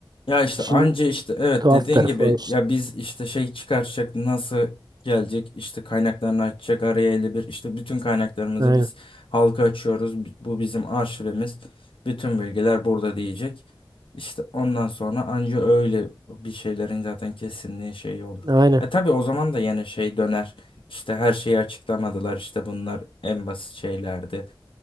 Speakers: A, on the left; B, on the right.
A: Ya işte
B: İşin
A: anca işte evet
B: tuhaf
A: dediğin
B: tarafı
A: gibi
B: o işte.
A: ya biz işte şey çıkartacak nasıl gelecek işte kaynaklarını açacak araya 51 işte bütün kaynaklarımızı
B: Aynen.
A: biz halka açıyoruz. Bi- Bu bizim arşivimiz. Bütün bilgiler burada diyecek. İşte ondan sonra anca öyle bir şeylerin zaten kesinliği şeyi olur.
B: Aynen.
A: E tabii o zaman da yine şey döner. İşte her şeyi açıklamadılar. İşte bunlar en basit şeylerdi.